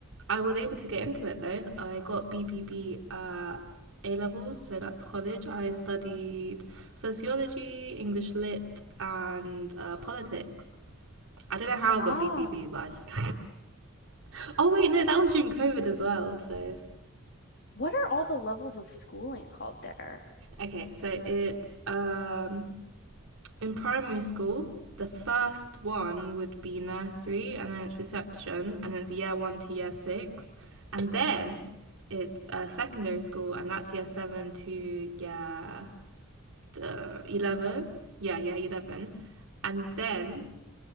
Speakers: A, on the right (about 65°); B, on the left (about 50°).
A: I was able to get into it though. I got BBB uh, A levels, so that's college. I studied sociology, English lit, and uh, politics. I don't know how I
B: ah
A: got BBB, but I just. <laughs> oh wait, no, that was during COVID as well. So
B: what are all the levels of schooling called there
A: okay, so it's um In primary school, the first one would be nursery, and then it's reception, and then it's year one to year six, and then it's uh, secondary school, and that's year seven to year uh, eleven. Yeah, year eleven, and then